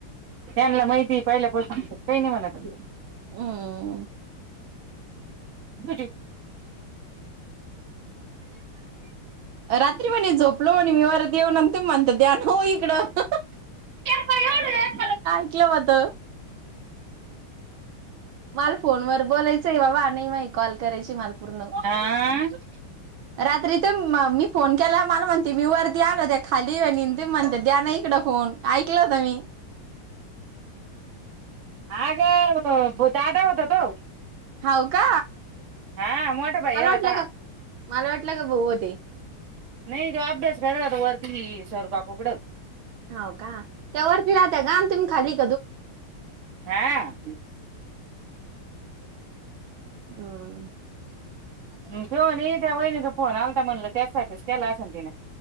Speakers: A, on the right; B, on the right.
A: त्यांला माहिती पाहिला पोसांत काही नाही म्हणात <inaudible>
B: हम्
A: बुजे <inaudible>
B: रात्री म्हणे झोपलो आणि मी वरतऊनंत म्हणत दनव इकडं <inaudible>
A: तयाळ <inaudible>
B: काय ऐकलं होत मला फोनवर बोलायचं आहे बाबा नाही मा कॉल करायची मला, पूर्ण.
A: आा
B: रात्री ते मी फोन केला मला म्हणते मी वरती आलो त्या खाली ये म्हणते द्या ना इकड फोन कोण ऐकलाता मी
A: आग बतडा होत त
B: होव का
A: हा मोठ भाई
B: मला
A: होता
B: वाटलं का मला वाटलं का भाऊ होती...
A: नाही जो अभ्यास करला वरती स्वरूपा कोुकडच..
B: हो का त्या वरती राहतात आणि तुम्ही खाली.
A: हा....
B: हम्.
A: ह तोन त्या वहिणीचा फोन आलता म्हणल त्याचसाठीच केला असेल तिने...